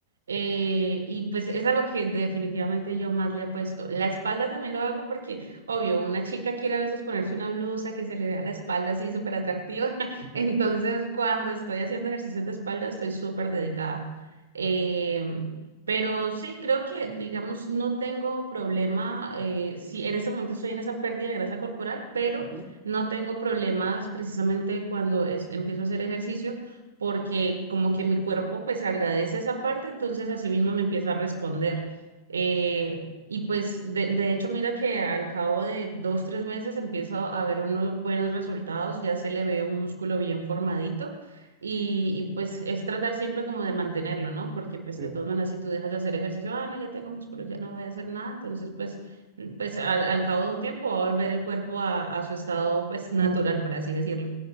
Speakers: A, on the right; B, on the right.
A: eh, y pues es a lo que definitivamente yo más le apuesto. La espalda también lo hago porque, obvio, una chica quiere a veces ponerse una blusa que se le vea la espalda así súper atractiva.
B: Ujú,
A: Entonces, cuando estoy haciendo ejercicios de espalda, estoy súper dedicada. Eh, pero sí, creo que, digamos, no tengo problema, eh, sí, en ese momento estoy en esa pérdida de grasa corporal, pero
B: ujú,
A: no tengo problemas precisamente cuando es- empiezo a hacer ejercicio, porque como que mi cuerpo pues agradece esa parte, entonces así mismo me empieza a responder. Eh, y pues de, de hecho, mira que al cabo de dos, tres meses empieza a ver unos buenos resultados, ya se le ve un músculo bien formadito y, y pues es tratar siempre como de mantenerlo, ¿no? Porque pues
B: Sí,
A: de todas maneras, si tú dejas de hacer ejercicio, ah, no, ya tengo músculo, ya no voy a hacer nada, entonces pues, pues al, al cabo de un tiempo va a volver el cuerpo a, a su estado pues natural, por así decirlo.